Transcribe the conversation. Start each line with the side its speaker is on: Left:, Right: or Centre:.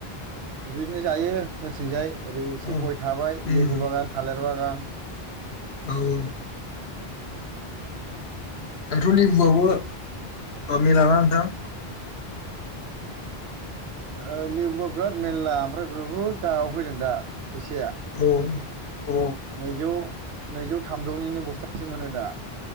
Right: बिदिनो जायो जोंथिंजाय ओरै एसे
Left: औ
Right: गय थाबाय
Left: उम
Right: लेबु बागान थालिर बागान <inaudible>
Left: औ ओम दाथ' लिबुआबो ओ मेलाना नोंथां
Right: ओ लेबुआ बिराद मेलला ओमफ्राय बहुद गायाव फैदों दा फैसाया
Left: औ अ
Right: नैजौ नैजौ थामजौनिनो बस्थासे मोनो दा।